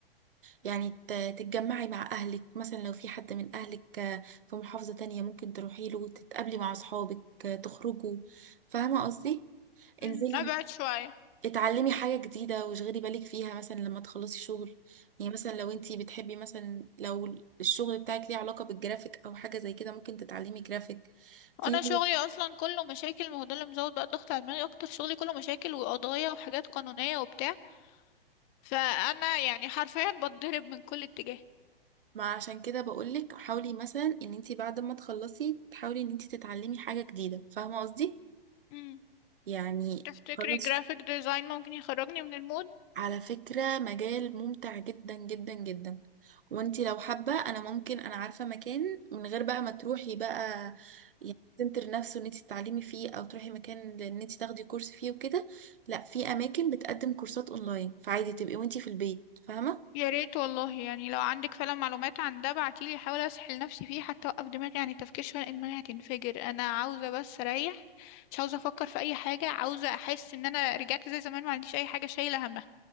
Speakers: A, on the right; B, on the left.
A: يعني ت- تتجمعي مع اهلك مثلا لو في حد من اهلك آه، في محافظة تانية ممكن تروحي له تتقابلي مع اصحابك آه، تخرجوا فاهمة قصدي
B: مم،
A: انزلي
B: ابعد شوية
A: اتعلمي حاجة جديدة واشغلي بالك فيها مثلا لما تخلصي شغل يعني مثلا لو انتي بتحبي مثلا لو الشغل بتاعك ليه علاقة بالجرافيك او حاجة زي كده ممكن تتعلمي جرافيك
B: وانا
A: في
B: شغلي اصلا كله مشاكل ما هو ده اللي مزود بقى الضغط على دماغي اكتر شغلي كله مشاكل وقضايا وحاجات قانونية وبتاع فانا يعني حرفيا بتضرب من كل اتجاه
A: ما عشان كده بقولك حاولي مثلا ان انتي بعد ما تخلصي تحاولي ان انتي تتعلمي حاجة جديدة فاهمة قصدي
B: مم،
A: يعني
B: تفتكري
A: خلاص
B: جرافيك ديزاين ممكن يخرجني من المود
A: على فكرة مجال ممتع جدا جدا جدا وانتي لو حابة انا ممكن انا عارفة مكان من غير بقى ما تروحي بقى يعني سنتر نفسه ان انتي تتعلمي فيه او تروحي مكان ان انتي تاخدي كورس فيه وكده لا في اماكن بتقدم كورسات اونلاين فعادي تبقي وانتي في البيت فاهمة
B: يا ريت والله يعني لو عندك فعلا معلومات عن ده بعتيلي احاول اسحل نفسي فيه حتى اوقف دماغي عن التفكير شويه لان دماغي هتنفجر انا عاوزه بس اريح مش عاوزه افكر في اي حاجه عاوزه احس ان انا رجعت زي زمان ما عنديش اي حاجه شايله همها